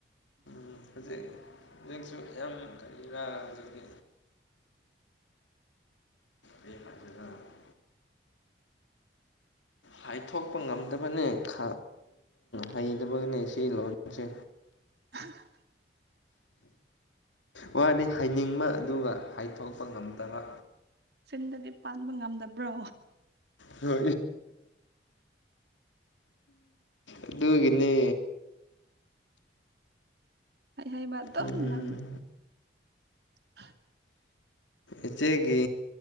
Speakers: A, on the left; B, on the right.
A: ꯎ ꯍꯧꯖꯤꯛ ꯍꯧꯖꯤꯛꯁꯨ ꯌꯥꯝ ꯀꯔꯤꯔꯥ ꯍꯧꯖꯤꯛꯇꯤ ꯑꯩ ꯍꯥꯏꯖꯅ <unintelligible> ꯍꯥꯏꯊꯣꯛꯄ ꯉꯝꯗꯕꯅꯦꯕ ꯍꯩꯗꯕꯅꯦ ꯁꯤ ꯂꯣꯟꯁꯦ
B: <unintelligible>
A: ꯋꯥꯗꯤ ꯍꯥꯏꯅꯤꯡꯕ ꯑꯗꯨꯒ ꯍꯥꯏꯊꯣꯛꯄ ꯉꯝꯗꯕ
B: ꯁꯤꯟꯗꯗꯤ ꯄꯥꯟꯕ ꯉꯝꯗꯕ꯭ꯔꯣ
A: ꯍ ꯑꯗꯨꯒꯤꯅꯦ
B: ꯑꯩ ꯍꯕꯥꯗ
A: ꯎꯝ
B: ꯉ <unintelligible>
A: ꯏꯆꯦꯒꯤ